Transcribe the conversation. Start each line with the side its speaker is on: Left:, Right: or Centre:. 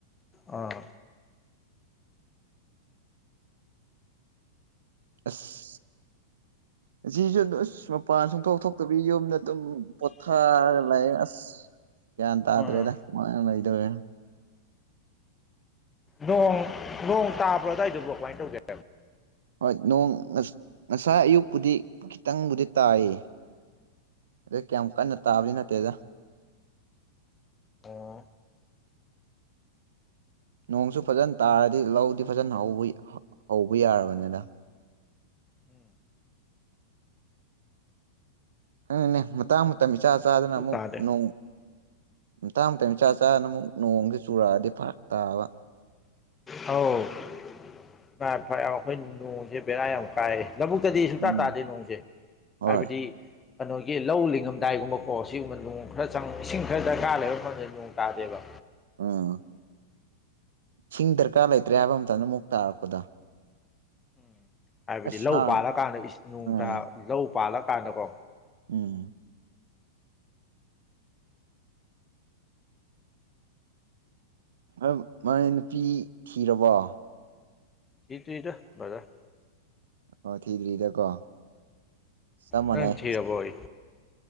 Left: ꯑꯥ꯫
Right: ꯑꯁ꯫ ꯉꯁꯤꯁꯨ ꯑꯗꯨ ꯎꯁ ꯃꯄꯥꯟ ꯁꯨꯡꯊꯣꯛ ꯊꯣꯛꯇꯕꯤ ꯌꯨꯝꯗ ꯑꯗꯨꯝ ꯄꯣꯊꯥꯔꯒ ꯂꯩꯑꯦ ꯑꯁ꯫ ꯒ꯭ꯌꯥꯟ ꯇꯥꯗ꯭ꯔꯦꯗ
Left: ꯑꯥ
Right: ꯀꯃꯥꯏꯅ ꯂꯩꯗꫭꯔꯦ꯫
Left: ꯅꯣꯡ ꯅꯣꯡ ꯇꯥꯕ꯭ꯔꯥ ꯑꯗꯨꯋꯥꯏꯗꯣꯕꯨ ꯀꯃꯥꯏꯟ ꯇꯧꯒꯦ꯫
Right: ꯍꯣꯏ ꯅꯣꯡ ꯉꯁ ꯉꯁꯥꯏ ꯑꯌꯨꯛꯄꯨꯗꯤ ꯈꯤꯇꯪꯕꯨꯗꯤ ꯇꯥꯏꯌꯦ꯫ ꯑꯗꯩ ꯀꯌꯥꯝ ꯀꯟꯅ ꯇꯥꯕꯗꯤ ꯅꯠꯇꯦꯗ꯫
Left: ꯑꯣ꯫
Right: ꯅꯣꯡꯁꯨ ꯐꯖꯅ ꯇꯥꯔꯗꯤ ꯂꯧꯗꯤ ꯐꯖꯅ ꯍꯧꯏ ꯍꯧꯕ ꯌꯥꯔꯕꯅꯤꯗ꯫
Left: ꯎꯝ
Right: ꯅꯪꯅꯦ ꯃꯇꯥꯡ ꯃꯇꯝ ꯏꯆꯥ
Left: ꯅꯣꯡꯁꯨ
Right: ꯆꯥꯗꯅ ꯑꯃꯨꯛ
Left: ꯇꯥꯗꯦ
Right: ꯅꯣꯡ ꯝꯇꯥꯥꯡ ꯃꯇꯝ ꯆꯥ ꯆꯥꯗꯅ ꯅꫭꯡꯁꯦ ꯑꯃꯨꯛ ꯆꯨꯔꯛꯑꯗꯤ ꯐꯔꯛ ꯇꯥꯕ꯫
Left: ꯑꯥꯎ <unintelligible> ꯑꯩꯈꯣꯏꯟ ꯅꯣꯡꯖꯦ ꯕꯦꯔꯥ ꯌꯥꯝ ꯀꯥꯏ ꯂꯧꯕꯨꯛꯇꯗꯤ ꯁꯨꯡꯇꯥ
Right: ꯎꯝ
Left: ꯇꯥꯗꯦ ꯅꯣꯡꯁꯦ
Right: ꯍꯣꯏ
Left: ꯍꯥꯏꯕꯗꯤ ꯀꯩꯅꯣꯒꯤ ꯂꯧ ꯂꯤꯡꯉꯝꯗꯥꯏꯒꯨꯝꯕꯀꯣ ꯁꯤꯒꯨꯝꯕ ꯅꯣꯡ ꯈꯔ ꯆꯪ ꯏꯁꯤꯡ ꯈꯔ ꯗꯔꯀꯥꯔ ꯂꯩꯕ ꯃꯐꯝꯗꯗꯤ ꯅꯣꯡ ꯇꯥꯗꯦꯕ꯫
Right: ꯎ ꯁꯤꯡ ꯗꯔꯀꯥꯔ ꯂꯩꯇ꯭ꯔꯦ ꯍꯥꯏꯕ ꯃꯇꯝꯗ ꯑꯃꯨꯛ ꯇꯥꯔꯛꯄꯗꯣ꯫
Left: ꯎꯝ ꯍꯥꯏꯕꯗꯤ
Right: ꯑꯁ
Left: ꯂꯧ ꯄꯥꯜꯂꯀꯥꯟꯗ ꯏꯁ ꯅꯣꯡꯇꯥ
Right: ꯎꯝ
Left: ꯂꯧ ꯄꯥꯜꯂꯀꯥꯟꯗꯀꯣ꯫
Right: ꯎꯝ ꯑꯎꯝ ꯃꯥꯅꯦ ꯅꯨꯄꯤ ꯊꯤꯔꯕꯣ꯫
Left: ꯊꯤꯗ꯭ꯔꯤꯔ ꯕꯔꯗꯔ꯫
Right: ꯑꯣ ꯊꯤꯗ꯭ꯔꯤꯗꯀꯣ꯫ ꯆꯞ ꯃꯥꯟꯅꯩ
Left: ꯅꯪ ꯊꯤꯔꯕꯣꯗꯤ꯫